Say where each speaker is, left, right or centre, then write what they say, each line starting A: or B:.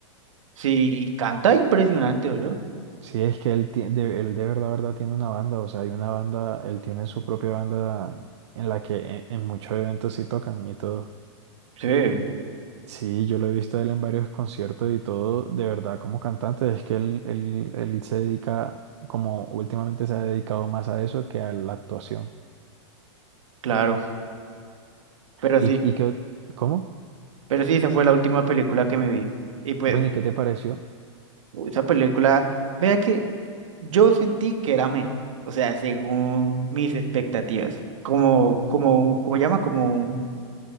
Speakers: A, on the right (about 90°); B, on the right (about 65°).
A: sí, canta impresionante, yo
B: Sí, es que él, tie- de, él de verdad, verdad tiene una banda, o sea, hay una banda, él tiene su propia banda en la que en, en muchos eventos sí tocan y todo.
A: Sí,
B: Sí, yo lo he visto a él en varios conciertos y todo, de verdad, como cantante, es que él, él, él se dedica, como últimamente se ha dedicado más a eso que a la actuación.
A: claro, pero
B: ¿Y,
A: sí.
B: y qué, cómo?
A: Pero sí, esa fue la última película que me vi. Y pues,
B: Bueno, ¿y qué te pareció
A: esa película, vea que yo sentí que era mejor. O sea, según mis expectativas. Como, como, como llama, como un,